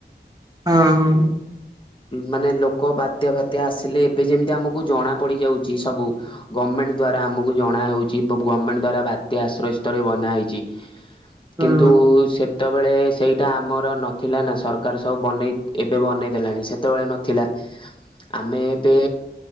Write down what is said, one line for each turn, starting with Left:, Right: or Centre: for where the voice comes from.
Right: ହଁ ହଁ।
Left: ମାନେ ଲୋକ ବାତ୍ୟା ପାତ୍ୟା ଆସିଲେ ଏବେ ଯେମିତି ଆମକୁ ଜଣା ପଡି ଯାଉଛି ସବୁ ଗମେଣ୍ଟ। ଗଭର୍ଣ୍ଣମେଣ୍ଟ ଦ୍ୱରା ଆମକୁ ଜଣା ହେଉଛି ଗଭର୍ଣ୍ଣମେଣ୍ଟ ଦ୍ୱରା ବାତ୍ୟା ଆ୍ରୟ ସ୍ଳରେ ବନାହଇଛି।
Right: ହଁ।
Left: କିନ୍ତୁ ସେ ସେତେବେଳେ ସେଇଟା ଆମର ନଥିଲା ନା ସରକାର ସବୁ ବନେଇ ଏବେ ବନେଇ ଦେେଲାଣି ସେ ସେତେବେଳେ ନଥିଲା। ଆମେ ଏବେ